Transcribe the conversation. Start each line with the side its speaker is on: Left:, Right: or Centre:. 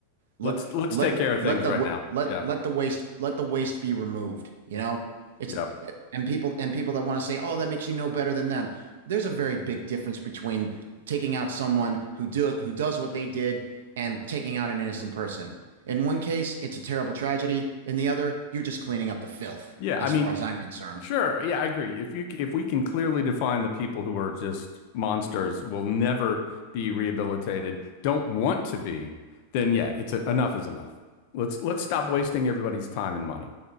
Right: let
Left: Let's let's
Right: let
Left: take care of
Right: let
Left: things
Right: the
Left: right now.
Right: let
Left: Yeah.
Right: let the waste let the waste be removed, you know? It's
Left: Yep.
Right: and people and people that want to say, "Oh, that makes you no better than them." There's a very big difference between taking out someone who do who does what they did and taking out an innocent person. In one case, it's a terrible tragedy. In the other, you're just cleaning up the filth,
Left: Yeah,
Right: as
Left: I mean,
Right: far as I'm concerned.
Left: sure. Yeah, I agree. If you if we can clearly define the people who are just monsters will never be rehabilitated, don't want to be, then yeah, it's a, enough is enough. Let's let's stop wasting everybody's time and money.